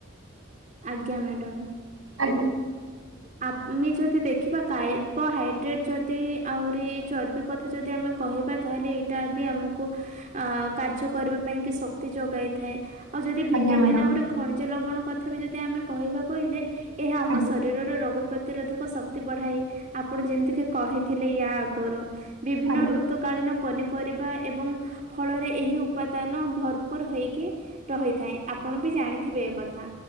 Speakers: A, on the right; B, on the right.
A: ଆଜ୍ଞା ମ୍ୟାଡାମ୍।
B: ଆଜ୍ଞା।
A: ଆମେ ଯଦି ଦେଖିବା କାର୍ବୋହାଇଡ୍ରେଟ ଯଦି ଆହୁରି ଚର୍ବିକୁ କଥା ଯଦି ଆମେ କହିବା ତା ହେଲେ ଏଇଟା ବି ଆମକୁ ଅ କାର୍ଯ୍ୟ କରିବା ପାଇଁ କି ଶକ୍ତି ଯୋଗାଇ ଥାଏ। ଆଉ ଯଦି ଭିଟାମିନ୍
B: ଆଜ୍ଞା ମ୍ୟାଡ଼ାମ
A: ଆହୁରେ ଖଣିଜ ଲବଣ କଥା ବି ଯଦି ଆମେ କହିବା କହିଲେ ଏହା ଆମସ
B: ଆଜ୍ଞା
A: ଶରୀରରେ ରୋଗ ପ୍ରତିରୋଧକ ଶକ୍ତି ବଢାଇ ଆପଣ ଯେମିତି କି କହିଥିଲେ ୟା ଆଗରୁ ବିଭିନ୍ନ
B: ଆଜ୍ଞା
A: ଋତୁ କାଳୀନ ପନିପରିବା ଏବଂ ଫଳରେ ଏହି ଉପାଦାନ ଭରପୁର ହେଇକି ରହିଥାଏ ଆପଣ ବି ଜାଣିଥିବେ ଏକ କଥା।